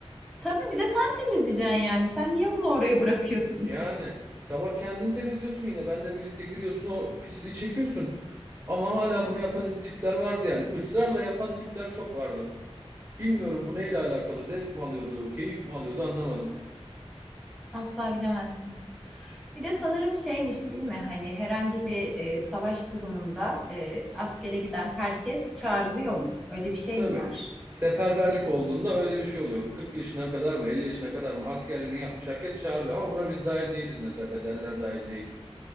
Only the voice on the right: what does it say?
Yani sabah kendin temizliyorsun yine. Benle birlikte giriyorsun o pisliği çekiyorsun. Ama hala bunu yapan tipler vardı yani. Israrla yapan tipler çok vardı. Bilmiyorum bu neyle alakalı. Zevk mi alıyordu, keyif mi alıyordu anlamadım.
Tabii.
Seferberlik olduğunda öyle bir şey oluyor. 40 yaşına kadar mı, 50 yaşına kadar mı askerliğini yapmış herkes çağrılıyor. Ama buna biz dahil değiliz mesela. Bedeller dahil değil.